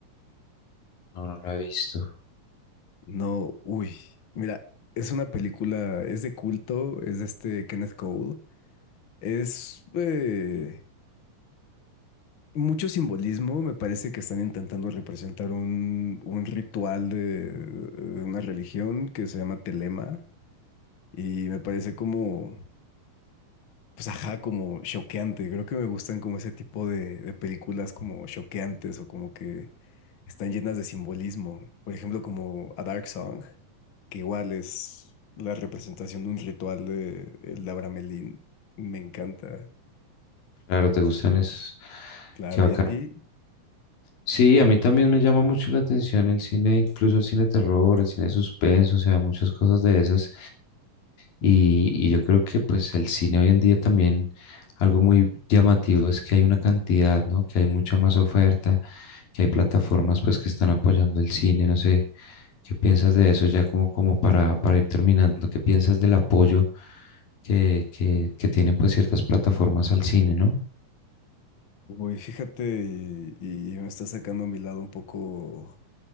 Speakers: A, on the left (about 85°); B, on the left (about 45°).
A: No, no la he visto.
B: No, uy, mira, es una película, es de culto, es de este Kenneth Cole, es eh, mucho simbolismo, me parece que están intentando representar un, un ritual de, de una religión que se llama Telema y me parece como, pues ajá, como choqueante, creo que me gustan como ese tipo de, de películas como choqueantes o como que están llenas de simbolismo. Por ejemplo, como A Dark Song, que igual es la representación de un ritual de el Abramelín. Me encanta.
A: Claro, te gustan esos.
B: Claro,
A: Qué bacán.
B: ¿y a ti?
A: Sí, a mí también me llama mucho la atención el cine, incluso el cine de terror, el cine de suspenso, o sea, muchas cosas de esas. Y, y yo creo que pues el cine hoy en día también algo muy llamativo es que hay una cantidad, ¿no? Que hay mucha más oferta, que hay plataformas pues que están apoyando el cine, no sé, ¿qué piensas de eso ya como, como para, para ir terminando? ¿Qué piensas del apoyo que, que, que tienen pues ciertas plataformas al cine, ¿no?
B: Uy, fíjate, y, y me está sacando mi lado un poco,